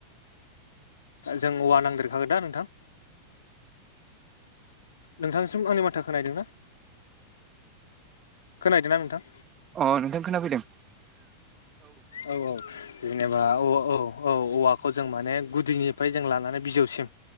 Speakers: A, on the left; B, on the right.
A: जों औवा नांदेरखागोन दा नोंथां नोंथांसिम आंनिमाथोया खोनाहैदों ना खोनदों हैदोंना नोंथां?
B: अ नोंथां खोनाफैदों
A: औ औ जेनेबा औ औ औवाखौ जों माने गुदिनिफ्राय जों लानानै बिजौसिम